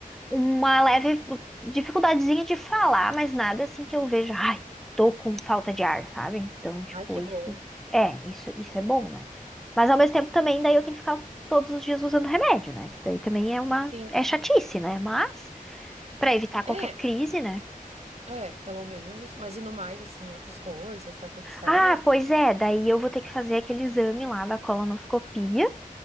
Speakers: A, in the centre; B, on the right (about 45°).
A: uma leve dificuldadezinha de falar, mas nada assim que eu veja, ai, tô com falta de ar, sabe? Então, tipo,
B: Ai, que
A: isso
B: bom.
A: é, isso, isso é bom, né? Mas ao mesmo tempo também, daí eu tenho que ficar todos os dias usando remédio, né? Que daí também é uma,
B: Sim.
A: é chatice, né? Mas pra evitar qualquer
B: É,
A: crise, né?
B: é, pelo menos isso. Mas e no mais, assim, outras coisas, tá tudo certo?
A: Ah, pois é, daí eu vou ter que fazer aquele exame lá da colonoscopia